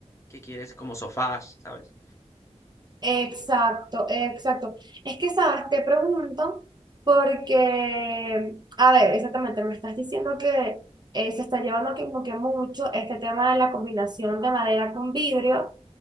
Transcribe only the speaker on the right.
Exacto, exacto. Es que, sabes, te pregunto porque, a ver, exactamente, me estás diciendo que eh, se está llevando como que mucho este tema de la combinación de madera con vidrio,